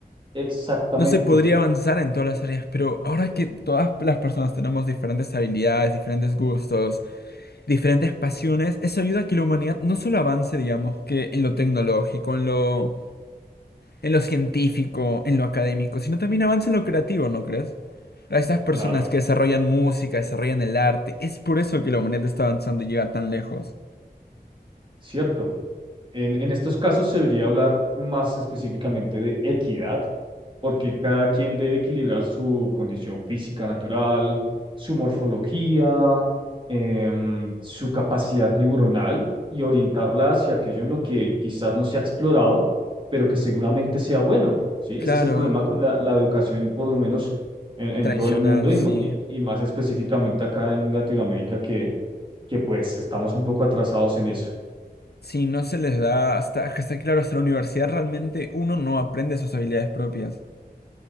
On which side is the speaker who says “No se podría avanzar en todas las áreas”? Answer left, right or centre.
Left